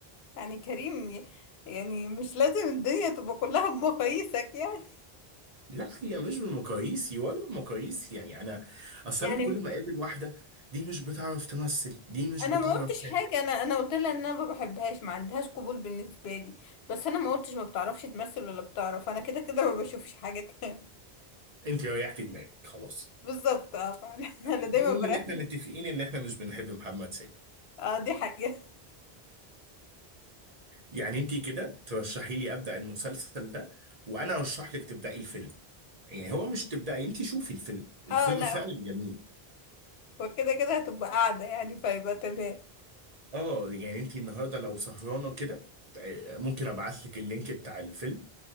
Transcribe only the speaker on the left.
يعني كريم ي- يعني مش لازم الدنيا تبقى كلها بمقاييسك يعني
يعني
انا
ما قلتش
حاجة انا انا قلت لها ان انا ما بحبهاش ما عندهاش قبول بالنسبة لي بس انا ما قلتش ما بتعرفش تمثل ولا بتعرف انا كده كده ما بشوفش حاجة تانية
<laughs> بالظبط اه فعلا <laughs> انا
دايما بركز
اه دي حاجة
اه لا
وكده كده هتبقى قاعدة يعني فيبقى تمام